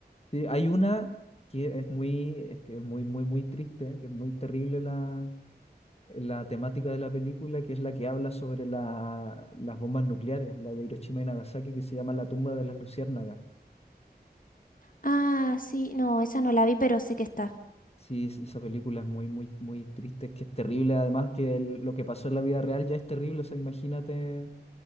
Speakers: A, on the left; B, on the left.
A: Sí, hay una que es muy, es que es muy, muy, muy triste, que es muy terrible la la temática de la película, que es la que habla sobre la- las bombas nucleares, la de Hiroshima y Nagasaki, que se llama La tumba de las luciérnagas.
B: Ah, sí, no, esa no la vi, pero sé que está.
A: Sí, es- esa película es muy, muy, muy triste, es que es terrible, además que el- lo que pasó en la vida real ya es terrible, o sea, imagínate